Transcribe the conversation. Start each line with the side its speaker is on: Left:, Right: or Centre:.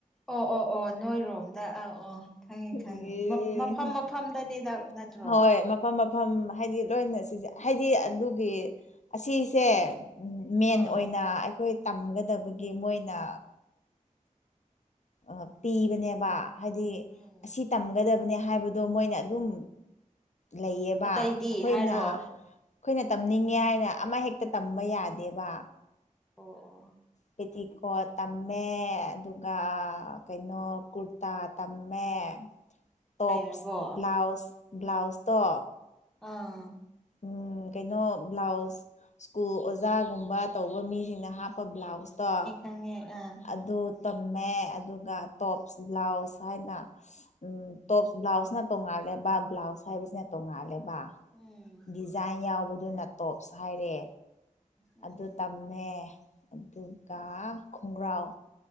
Centre: ꯑꯣ ꯑꯣ ꯅꯣꯏꯔꯣꯝꯗ ꯑꯥ ꯑꯥ ꯈꯪꯉꯤ
Left: ꯑꯦ
Centre: ꯈꯪꯉꯤ ꯃꯐꯝ ꯃꯐꯝꯗꯅꯤꯗ ꯅꯠꯇ꯭ꯔꯣ
Left: ꯍꯣꯏ ꯃꯐꯝ ꯃꯐꯝ ꯍꯥꯏꯗꯤ ꯂꯣꯏꯅ ꯁꯤꯁꯦ ꯍꯥꯏꯗꯤ ꯑꯗꯨꯒꯤ ꯑꯁꯤꯁꯦ ꯃꯦꯟ
Centre: ꯑꯥ
Left: ꯑꯣꯏꯅ ꯑꯩꯈꯣꯏ ꯇꯝꯒꯗꯕꯒꯤ ꯃꯣꯏꯅ ꯑ ꯄꯤꯕꯅꯦꯕ ꯍꯥꯏꯗꯤ
Centre: ꯎꯝ
Left: ꯑꯁꯤ ꯇꯝꯒꯗꯕꯅꯦ ꯍꯥꯏꯕꯗꯣ ꯃꯣꯏꯅ ꯑꯗꯨꯝ ꯂꯩꯌꯦꯕ
Centre: ꯑꯇꯩꯗꯤ
Left: ꯑꯩꯈꯣꯏꯅ
Centre: ꯍꯥꯏꯔꯣ ꯑꯣ
Left: ꯑꯩꯈꯣꯏꯅ ꯇꯝꯅꯤꯡꯉꯦ ꯍꯥꯏꯅ ꯑꯃ ꯍꯦꯛꯇ ꯇꯝꯕ ꯌꯥꯗꯦꯕ
Centre: ꯑꯣ
Left: ꯄꯦꯇꯤꯀꯣꯠ ꯇꯝꯃꯦ ꯑꯗꯨꯒ
Centre: ꯎꯝ
Left: ꯀꯩꯅꯣ ꯀꯔꯇꯥ ꯇꯃꯦ ꯇꯣꯞꯁ
Centre: ꯍꯩꯔꯕꯣ
Left: ꯕ꯭ꯂꯥꯎꯁ ꯕ꯭ꯂꯥꯎꯁ ꯇꯣ
Centre: ꯑꯥ
Left: ꯎꯝ ꯀꯩꯅꯣ ꯕ꯭ꯂꯥꯎꯁ ꯁ꯭ꯀꯨꯜ ꯑꯣꯖꯥꯒꯨꯝꯕ ꯇꯧꯕ ꯃꯤꯁꯤꯡꯅ ꯍꯥꯞꯄ ꯕ꯭ꯂꯥꯎꯁꯇꯣ
Centre: ꯑ
Left: ꯑꯗꯨ ꯇꯝꯃꯦ ꯑꯗꯨꯒ ꯇꯣꯞꯁ ꯕ꯭ꯂꯥꯎꯁ ꯍꯥꯏꯅ ꯎ ꯇꯣꯞꯁ ꯕ꯭ꯂꯥꯎꯁꯅ ꯇꯣꯡꯉꯥꯜꯂꯦꯕ ꯕ꯭ꯂꯥꯎꯁ ꯍꯥꯏꯕꯁꯤꯅ ꯇꯣꯡꯉꯥꯜꯂꯦꯕ
Centre: ꯎꯝ
Left: ꯗꯤꯖꯥꯏꯟ ꯌꯥꯎꯕꯗꯨꯅ ꯇꯣꯞꯁ ꯍꯥꯏꯔꯦ
Centre: ꯎꯝ
Left: ꯑꯗꯨ ꯇꯝꯃꯦ ꯑꯗꯨꯒ ꯈꯣꯡꯒ꯭ꯔꯥꯎ